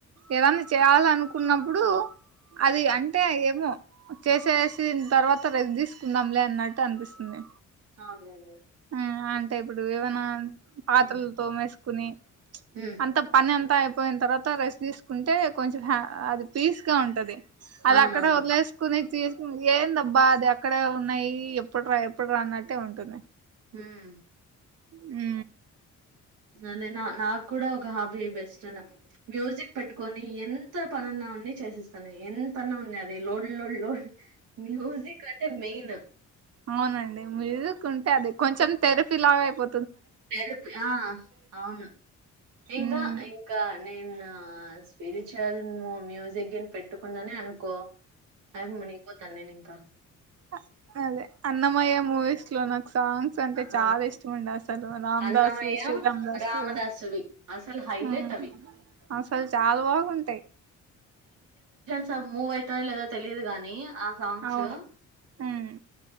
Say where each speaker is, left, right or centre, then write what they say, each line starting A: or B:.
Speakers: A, on the right; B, on the right.
A: ఏదన్నా చేయాలనుకున్నప్పుడు అది అంటే ఏమో చేసేసిన తర్వాత ర తీసుకుందాంలే అన్నట్టు అనిపిస్తుంది
B: అవునులేండి
A: మ్మ్ అంటే ఇప్పుడు ఏమనా పాత్రలు
B: ఉమ్
A: తోమేసుకుని
B: ఉమ్
A: అంత పనంతా అయి పోయిన తర్వాత రెస్ట్ తీసుకుంటే కొంచం హ అది పీస్ గా ఉంటది అది
B: అవునవును
A: అక్కడ వదిలేసుకొని తీసుకొని ఏందబ్బా అది అక్కడే ఉన్నాయి ఎప్పుడు రా ఎప్పుడురా అన్నట్టే ఉంటుంది
B: హ్మ్
A: హ్
B: అదే నా నాకు కూడా ఒక హాబీ బెస్ట్ అ మ్యూజిక్ పెట్టుకొని ఎంత పనున్నా ఉన్నా చేసిస్తాను ఎంతన్నా ఉన్నాయి అది లోడ్ లోడ్ లోడ్ మ్యూజిక్ అంటే మెన్
A: అవునండి మ్యూజిక్కుంటే అది కొంచం తెరఫి లాగ అయిపో
B: తెరపి ఆ అవును ఇందా
A: ఉమ్
B: ఇంకా నేను నా స్పిరిచల్ మ్యూజిక్ పెట్ ట్టుకుందనేే అనుకో అది మునిగిపోతాంది ఇంకా
A: అ అదే అన్నమయ్య ముూవీస్లో నాక్ సాంగ్స్ అంటే
B: ఆ
A: చాలా ఇష్టం ఉండే అసలు రామ్
B: అన్నమయ్య
A: దాసు శ్రీరామ్ దాసు
B: రామదాసువి అసలు హైలైట్
A: హ్మ్
B: అవి
A: అసలు చాలా బాగుంటాయ్
B: స మూవైప్ ట్టో లేదో తెలియదు గాని ఆ సాంగ్స్సు
A: అవును ఉమ్,